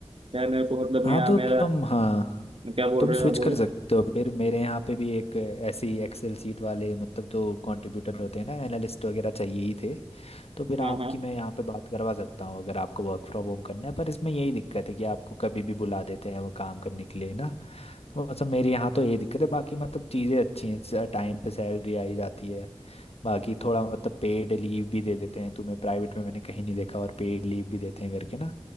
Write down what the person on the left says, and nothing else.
हाँ तो
तुम हाँ
तुम
स्विच
कर सकते हो फिर मेरे यहाँ पे भी एक ऐसी एक्सेल सीट वाले मतलब जो कंट्रीब्यूटर होते हैं ना एनालिस्ट वगैरह चाहिए ही थे तो फिर
आपकी
मैं यहाँ पे बात करवा सकता हूँ अगर आपको वर्क फ्रॉम होम करना है पर इसमें यही दिक्कत है कि आपको कभी भी बुला देते हैं वो काम करने के लिए ना तो मतलब मेरे यहाँ तो ये दिक्कत है बाकी मतलब चीज़ें अच्छी हैं टाइम पे सैलरी आई जाती है बाकी थोड़ा मतलब पेड लीव भी दे देते हैं तुम्हें प्राइवेट में मैंने कहीं नहीं देखा और पेड लीव भी देते हैं करके ना